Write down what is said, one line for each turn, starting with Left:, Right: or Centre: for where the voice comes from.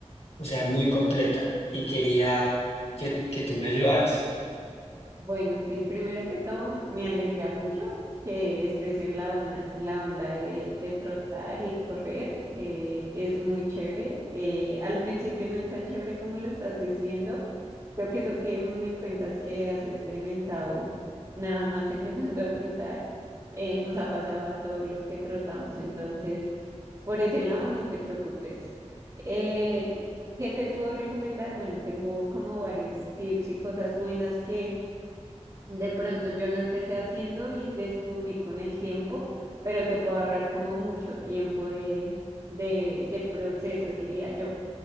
Left: o sea, muy completa y quería que, que tú me ayudaras.
Right: Bueno, sí, primero que todo, me alegra mucho que estés en la onda, en la onda de, de trotar y correr, que es muy chévere. Eh, al principio no es tan chévere como lo estás diciendo. Creo que eso que me cuentas que has experimentado nada más <laughs> empezando a trotar, eh, nos ha pasado a todos los que trotamos. Entonces, Por ese lado, no te preocupes. Eh, ¿qué te puedo recomendar? Bueno, tengo como varios tips y cosas buenas que de pronto yo no empecé haciendo y descubrí con el tiempo, pero te puedo ahorrar como mucho tiempo de, de, de proceso, diría yo.